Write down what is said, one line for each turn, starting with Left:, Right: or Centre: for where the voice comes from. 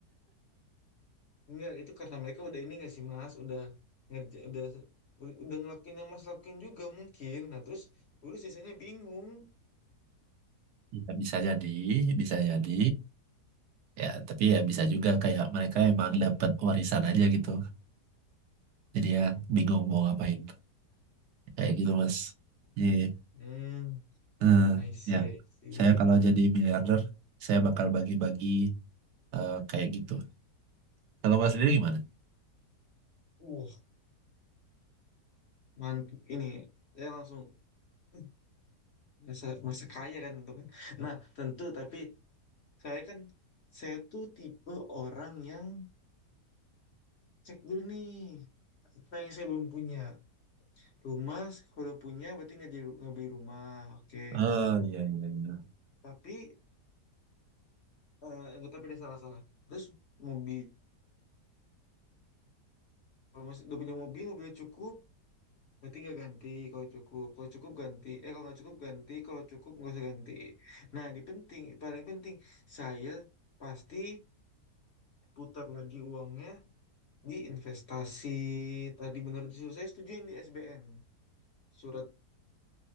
Left: Enggak, itu karena mereka udah ini nggak sih Mas? Udah ngerja, udah udah ngelakuin yang Mas lakuin juga mungkin. Nah, terus udah sisanya bingung.
Right: Ya, bisa jadi bisa jadi ya tapi ya bisa juga kayak mereka emang dapat warisan aja gitu Jadi ya bingung mau ngapain. Kayak gitu mas. Jadi
Left: Hmm.
Right: eh,
Left: I see,
Right: ya
Left: I see.
Right: saya kalau jadi miliarder saya bakal bagi-bagi eh, kayak gitu. Kalau mas sendiri gimana?
Left: Wah. mantap ini saya langsung eh, merasa, merasa kaya kan tentu kan nah tentu tapi saya kan saya tuh tipe orang yang cek dulu nih apa yang saya belum punya rumah kalau punya berarti nggak di- nggak beli rumah oke
Right: Oh iya, iya, iya.
Left: tapi eh nggak tapi ada salah salah terus mobil kalau masih udah punya mobil mobilnya cukup Berarti nggak ganti kalau cukup. Kalau cukup ganti. Eh kalau nggak cukup ganti. Kalau cukup nggak usah ganti. Nah di penting, paling penting saya pasti putar lagi uangnya di investasi. Tadi benar justru saya setuju yang di SBN. Surat